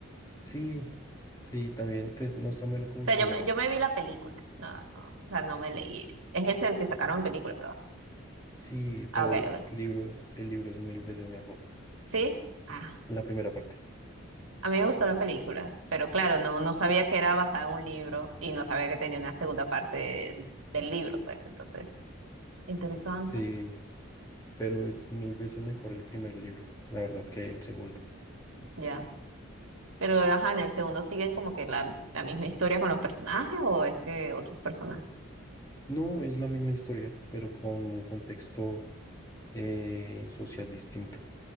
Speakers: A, on the left; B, on the right.
A: sí, sí, también, pues no es tan bueno como
B: O sea,
A: el primero.
B: yo me, yo me vi la película. No, no, o sea, no me leí. Es ese el que sacaron en película, ¿verdad?
A: Sí,
B: Ah,
A: pero
B: ok,
A: el
B: ok.
A: libro, el libro es mil veces mejor.
B: ¿Sí? Ah,
A: La primera parte.
B: A mí me gustó la película, pero claro, no, no sabía que era basada en un libro y no sabía que tenía una segunda parte del libro, pues entonces. Interesante.
A: Sí, pero es mil veces mejor el primer libro, la verdad, que el segundo.
B: Ya. Pero, ajá, en el segundo siguen como que la, la misma historia con los personajes o es que otros personajes.
A: No es la misma historia, pero con un contexto eh, social distinto.